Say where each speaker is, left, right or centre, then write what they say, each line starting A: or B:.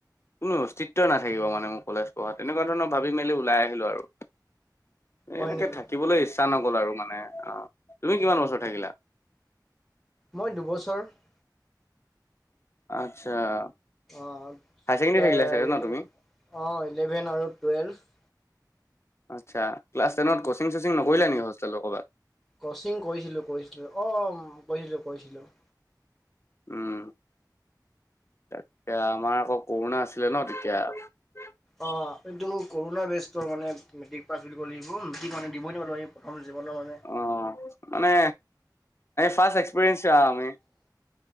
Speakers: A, on the left; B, in the centre.
A: কোনো অস্তিত্বই নাথাকিব মানে মোৰ কলেজ পঢ়াত তেনেকুৱা ধৰণৰ ভাবি মেলি ওলাই আহিলো আৰু। <inaudible> এ
B: হয়
A: এনেকে
B: নেকি
A: থাকিবলৈ ইচ্ছা নগল আৰু মানে অ। তুমি কিমান বছৰ থাকিলা? <unintelligible>
B: মই দুবছৰ। <unintelligible>
A: আচ্ছা <inaudible>
B: অঁ-অঁ! <unintelligible>
A: হায়াৰ ছেকেণ্ডেৰী
B: ডেইলী
A: থাকিলা চাগে ন তুমি
B: অঁ! ইলেভেন আৰু টুৱেলভ। <inaudible>
A: আচ্ছা! ক্লাছ টেনত কচিং-চচিং নকৰিলা নেকি হোষ্টেলত ক'ৰবাত? <inaudible>
B: কচিং কৰিছিলো-কৰিছিলো অ <unintelligible> কৰিছিলো-কৰিছিলো।
A: উম! তাকে <unintelligible> আমাৰ আকৌ কৰোণা আছিলে ন তেতিয়া। <unintelligible>
B: অঁ! এইটো কৰোণা বেষ্টৰ মানে মেট্ৰিক পাছ কৰিব লাগিব। মেট্ৰিক মানে দিবই নোৱাৰো আমি প্ৰথম জীৱনৰ মানে <unintelligible>
A: অঁ! মানে ফাৰ্ষ্ট এক্সপিৰিয়েন্ঞ্চ <unintelligible> আমি।